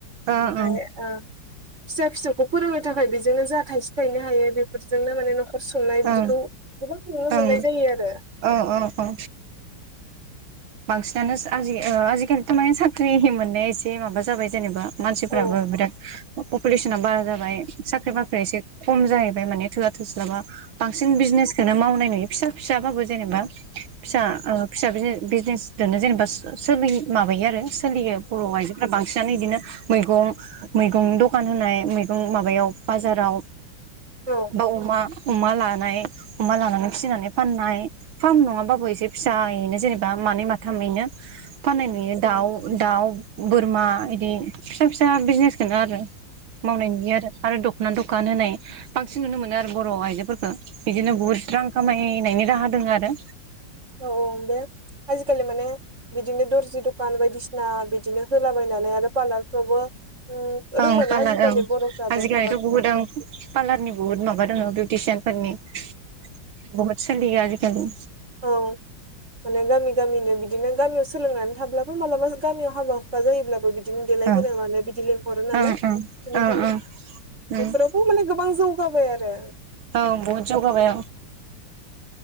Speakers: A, on the right; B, on the right.
A: ओं
B: बेनिफ्राय ओ फिसा फिसौखौ फोरोंनो थाखाय बेजोंनो जा थाइसे थाइनै हायो बेफोरजोंनो माने नखर संनाय बिदि
A: ओं
B: बेखौ गोबां नुनो मोननाय
A: ओं
B: जायो आरो
A: औ औ औ बांसिनानो आजि आजिखालिथ' माने साख्रि मोननाया एसे माबा जाबाय जेनेबा मानसिफ्राबो
B: औ
A: बिराद पपुलेसना बारा जाबाय साख्रि बाख्रिया एसे खम जाहैबाय माने थोआ थोस्लाबा बांसिन बिजनेसखौनो मावनाय फिसा फिसाबाबो जेनेबा फिसा फिसा बिनो बिजनेसजोंनो जेनेबा सोलि माबायो आरो सोलियो बर' आइजोफोरा बिसानो बिदिनो मैगं मैगं दखान होनाय मैगं माबायाव बाजाराव
B: औ-औ-औ-औ-औ-औ-औ-औ-औ-औ-औ-औ-औ
A: बा अमा अमा लानाय अमा लानानै फिसिनानै फाननाय फार्म नङाबाबो एसे फिसायैनो जेनेबा बा मानै माथामैनो फाननाय नुयो दाउ दाउ बोरमा बिदि फिसा फिसा बिजनेसखौनो आरो मावनाय नुयो आरो दख खना दखान होनाय बांसिन नुनो मोनो आरो बर' आइजोफोरखौ बिदिनो बहत रां खामा होननायनि राहा दङ आरो
B: औ औ बे आजिखालि माने बिदिनो दर्जि दखान बायदिसिना बिदिनो होलाबायनानै आरो पार्लारफ्रावबो उम रोंबायना
A: ओं पाल्लार
B: आजिखालि
A: ओं
B: बर'फ्राबो
A: आजिखालिथ'
B: पार्लारखौ
A: बुहुद ओं पाल्लारनि बुहुत माबा दङ बे टिउसनफोरनि बहद सलिया आजखाल
B: औ माने गामि गामिनो बिदिनो गामियाव सोलोंनानै थाब्लाबो मालाबा गामियाव हाबा हुखा जायोब्लाबो बि दिनो देलाय
A: ओं
B: होनोनो मानो बिदि लिंहरो नालाय
A: ओं ओं
B: बेनिखायनो
A: ओं ओं ओं
B: बेफोरावबो माने गोबां जौ जाबाय आरो
A: औ बुद ज'गाबाय